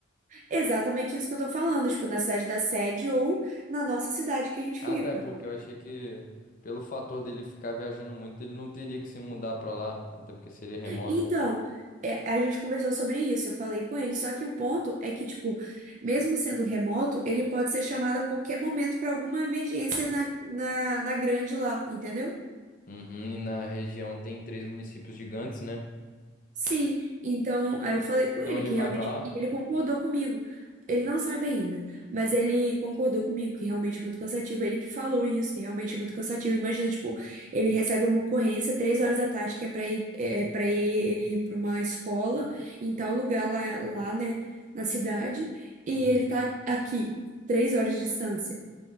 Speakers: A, on the right (about 40°); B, on the left (about 40°).
A: Exatamente isso que eu tô falando, tipo, na cidade da sede ou na nossa cidade que a gente
B: Ah,
A: fica.
B: tá, é porque eu achei que pelo fator dele ficar viajando muito, ele não teria que se mudar pra lá, até porque seria remoto.
A: Então, é, a gente conversou sobre isso, eu falei com ele, só que o ponto é que, tipo, mesmo sendo remoto, ele pode ser chamado a qualquer momento para alguma emergência na, na, na grande lá, entendeu?
B: Uhum, e na região tem três municípios gigantes, né?
A: Sim, então aí eu falei com
B: Então
A: ele
B: ele
A: que
B: vai
A: realmente
B: pra lá?
A: e ele concordou comigo. Ele não sabe ainda, mas ele concordou comigo que realmente é muito cansativo. Ele que falou isso, que realmente é muito cansativo. Imagina, tipo, ele recebe uma ocorrência três horas da tarde que é para ir é para ir ele ir para uma escola em tal lugar lá, lá, né, na cidade, e
B: Uhum.
A: ele tá aqui três horas de distância.